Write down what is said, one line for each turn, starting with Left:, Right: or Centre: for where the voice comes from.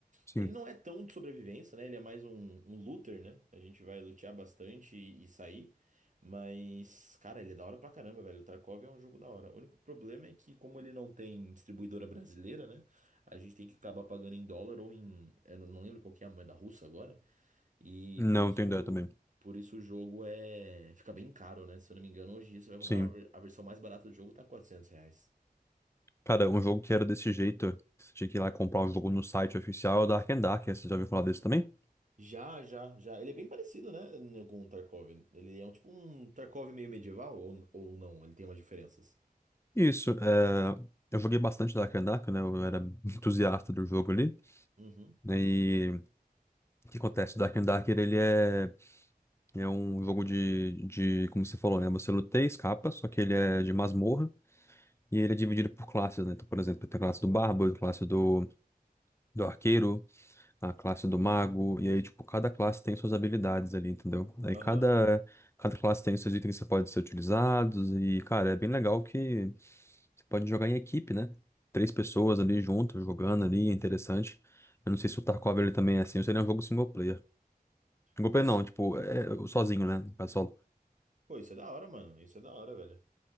Left: sim.
Right: Ele não é tão de sobrevivência, né? Ele é mais um, um looter, né? A gente vai lutear bastante e, e sair. Mas, cara, ele é da hora pra caramba, velho. O Tarkov é um jogo da hora. O único problema é que, como ele não tem distribuidora brasileira, né? A gente tem que acabar pagando em dólar ou em. Eu não não lembro qual que é a moeda russa agora. E
Left: Não,
Right: por isso.
Left: tenho ideia também.
Right: Por isso o jogo é. Fica bem caro, né? Se eu não me engano, hoje em dia você vai
Left: Sim.
Right: comprar uma ver- a versão mais barata do jogo, tá 400 reais.
Left: Cara, um jogo que era desse jeito, que você tinha que ir lá comprar o jogo no site oficial, é o Dark and Dark. Você já ouviu falar desse também?
Right: Já, já, já. Ele é bem parecido, né, né, com o Tarkov. Ele é um tipo um Tarkov meio medieval ou, ou não? Ele tem umas diferenças.
Left: Isso, é... eu joguei bastante Dark and Dark, né? Eu era <laughs> entusiasta do jogo ali.
Right: Uhum.
Left: né, E o que acontece? Dark and Dark, ele é, é um jogo de... de, como você falou, né? Você luta e escapa, só que ele é de masmorra e ele é dividido por classes, né? Então, por exemplo, tem a classe do Bárbaro, a classe do, do Arqueiro, a classe do mago, e aí, tipo, cada classe tem suas habilidades ali, entendeu? Aí
Right: Aham.
Left: cada, cada classe tem seus itens que você pode ser utilizados, e, cara, é bem legal que você pode jogar em equipe, né? Três pessoas ali juntas, jogando ali, é interessante. Eu não sei se o Tarkov ele também é assim, ou se ele é um jogo single player. Single
Right: Pois,
Left: player não, tipo, é sozinho, né? No caso, solo.
Right: pô, isso é da hora, mano. Isso é da hora, velho.